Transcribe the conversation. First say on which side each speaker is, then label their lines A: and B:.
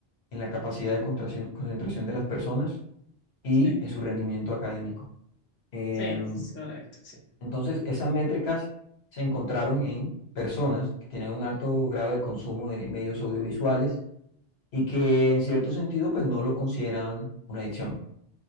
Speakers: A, on the left; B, on the left.
A: en la capacidad de contracción- concentración de las personas y
B: Sí,
A: en su rendimiento académico. Em,
B: sí, es correcto, sí.
A: entonces, esas métricas se encontraron en personas que tienen un alto grado de consumo de medios audiovisuales y que en cierto sentido pues no lo consideran una adicción.